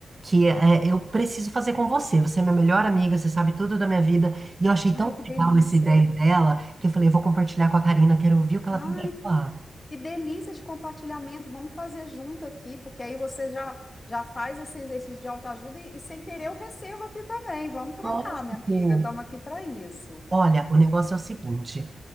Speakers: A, on the right; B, on the left.
A: que é, eu preciso fazer com você. Você é minha melhor amiga, você sabe tudo da minha vida. E eu achei
B: Ai,
A: tão
B: que delícia.
A: legal essa ideia dela que eu falei, eu vou compartilhar com a Karina, quero ouvir o que
B: Ai,
A: ela tem pra falar.
B: que delícia de compartilhamento. Vamos fazer junto aqui, porque aí você já já faz esse exercício de autoajuda e, e sem querer eu recebo aqui também. Vamos trocar,
A: Lógico.
B: minha amiga. Estamos aqui para isso.
A: Olha, o negócio é o seguinte.